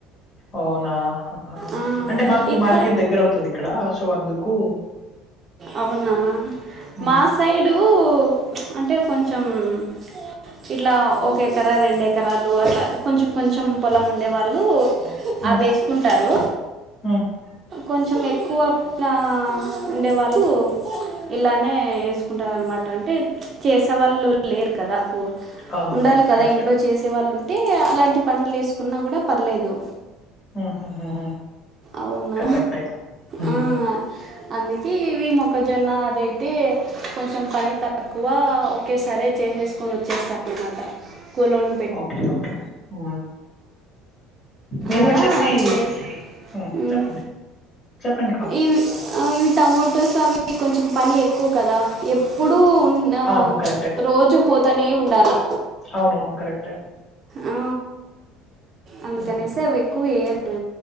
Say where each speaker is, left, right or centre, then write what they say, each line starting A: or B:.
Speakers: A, on the left; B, on the right.
A: అవునా అహహ
B: ఆ,
A: అంటే మాకు
B: ఇక్క
A: మార్కెట్ దగ్గర అవుతది ఇక్కడ సో అందుకు
B: అవునా
A: ఉమ్,
B: మా సైడు చ్ అంటే కొంచెం <inaudible> ఇట్లా ఒక ఎకర రెండెకరాలు అట్లా కొంచెం కొంచెం పొలం ఉండేవాళ్ళు అవి
A: ఉమ్,
B: వేసుకుంటారు
A: ఉమ్,
B: కొంచెం ఎక్కువ ప్ల ఉండే వాళ్ళు ఇలానే యేసు కుంటారన్నమాట అంటే చ్ చేసేవాళ్ళు లేరు కదా కు
A: అవునవును
B: ఉండాలి కదా
A: కరెక్టే.
B: ఇంట్లో చేసేవాళ్ళు ఉంటే అలాంటి పన్లు వేసుకున్నా కూడా పర్లేదు.
A: ఉహుహు
B: అవునా
A: కరెక్టే ఉహుహు
B: ఆ, అందుకే ఇవి మొక్కజొన్న అది అయితే కొంచెం పని తక్కువ ఒకేసారె చేసేసుకొని వచ్చేస్తారనమాట కూలొల్లు
A: ఓకే ఓకే ఉ మేము
B: అలా
A: వొచ్చేసి
B: ఇదే
A: ఉ
B: ఉమ్.
A: చెప్పండి చెప్పండిక
B: ఇవి ఆ ఇవి టమోటోస్ అవి కొంచెం పని ఎక్కువ కదా ఎప్పుడూ ఉన్న
A: అవును కరెక్టే.
B: చ్ రోజు పోతానే ఉండాలా
A: అవునవును కరెక్టే
B: ఆ అందుకనేసి
A: హ్మ్.
B: అవి ఎక్కువ వేయరు